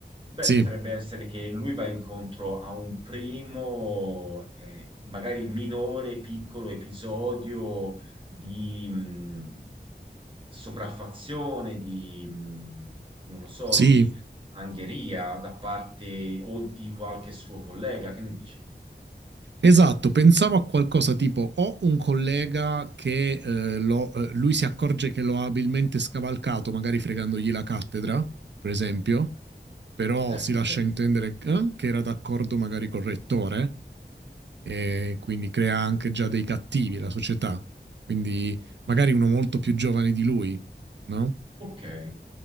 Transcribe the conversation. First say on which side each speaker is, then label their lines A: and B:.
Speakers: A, on the right; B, on the right.
A: Beh,
B: sì,
A: potrebbe essere che lui va incontro a un primo, eh, magari minore, piccolo episodio di mh, sopraffazione, di, mh, non lo so,
B: sì.
A: di angheria da parte o di qualche suo collega. Che ne dici?
B: Esatto, pensavo a qualcosa tipo ho un collega che eh, lo- eh, lui si accorge che lo ha abilmente scavalcato, magari fregandogli la cattedra, per esempio, però
A: Ecco,
B: si lascia
A: sì.
B: intendere eh, che era d'accordo magari col rettore e quindi crea anche già dei cattivi la società, quindi magari uno molto più giovane di lui, no?
A: Ok,